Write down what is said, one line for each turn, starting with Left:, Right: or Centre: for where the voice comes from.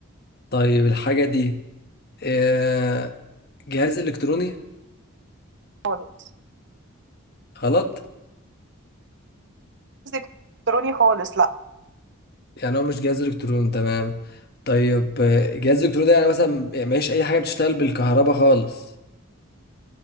Left: طيب الحاجة دي آه، جهاز إلكتروني
Right: خالص
Left: غلط
Right: مش الكتروني خالص لا
Left: يعني هو مش جهاز الكترون تمام طيب آه، جهاز الكترون ده يعني مثلا يعني مفيش اي حاجه بتشتغل بالكهرباء خالص